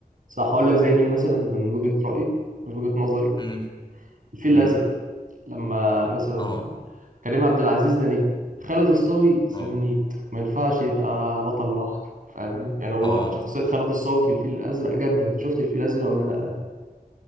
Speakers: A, on the right (about 60°); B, on the left (about 30°).
A: صح هقول لك زي مين مثلا من وجهة رأيي من وجهة نظري
B: امم
A: الفيل
B: امم
A: الأزرق لما مثلا
B: اه
A: كريم عبد العزيز ده نجم خالد الصاوي سنيد
B: اه
A: ما ينفعش يبقى بطل لوحده فاهمني يعني هو
B: اه
A: شخصية خالد الصاوي في الفيل الأزرق جامدة انت شفت الفيل الأزرق ولا لأ